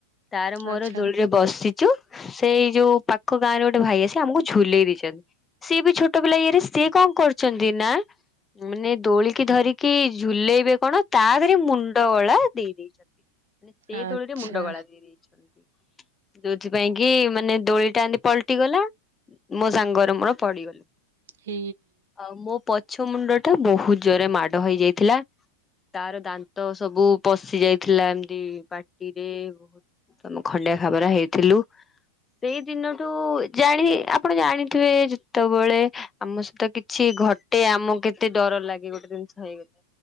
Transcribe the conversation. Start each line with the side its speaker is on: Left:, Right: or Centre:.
Left: ତାର ମୋର
Right: ଆଚ୍ଛା
Left: ଦୋଳିରେ ବସି ଯ ସେଇ ଯୋଉ ପାଖ ଗାଁ ରେ ଗୋଟେ ଭାଇ ଆସି ଆମକୁ ଝୁଲେଇ ଦେଇଛନ୍ତି। ସିଏ ବି ଛୋଟ ପିଲ ଇଏରେ ସିଏ କଣ କରୁଛନ୍ତି ନା ମାନେ ଦୋଳିକି ଧରିକି ଝୁଲେଇବେ କଣ ତା ରେ ମୁଣ୍ଡ ଗଳା ଦେଇ ଦେଇେଇଛନ୍ତି ମାନେ ସେ
Right: ଆଚ୍ଛା
Left: ଦୋଳରେ ମୁଣ୍ଡ ଗଳା ଦେଇ ଦେଇେଇଛନ୍ତି। ଯୋଉଥିପାଇଁ କି ମାନେ ଦୋଳି ଟା ଏମତି ପଲଟି ଗଲା ମୋ ସାଙ୍ଗର ମୋର ପଡିଗଲୁ।
Right: ହ
Left: ଆଉ ମୋ ପଛ ମୁଣ୍ଡ ଟା ବହୁତ ଜୋରେ ମାଡ ହେଇଯାଇଥିଲା ତାର ଦାନ୍ତ ସବୁ ପଶି ଯାଇଥିଲା ଏମିତି ପାଟିରେ ବହୁତ ତ ଖଣ୍ଡିଆ ଖାବରା ହେଇଥିଲୁ। ସେଇ ଦିନଠୁ ଜାଣି ଆପଣ ଜାଣିଥିବେ ଯେତେବେଳେ ଆମ ସହିତ କିଛି ଘଟେ ଆମକୁ କେତେ ଡର ଲାଗେ ଗୋଟେ ଜିନିଷ ହେଇଗଲା।